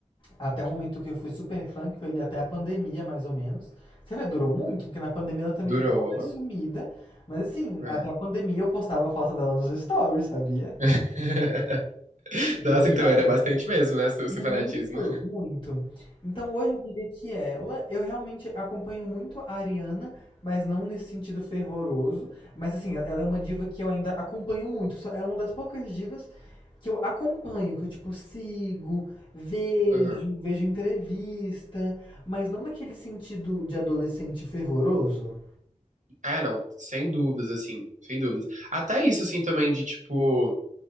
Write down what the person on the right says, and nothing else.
Durou.
É.
<laughs>
Nossa,
então era bastante mesmo, né? O
seu fanatismo.
Aham.
É, não, sem dúvidas, assim, sem dúvidas. Até isso, assim, também de, tipo,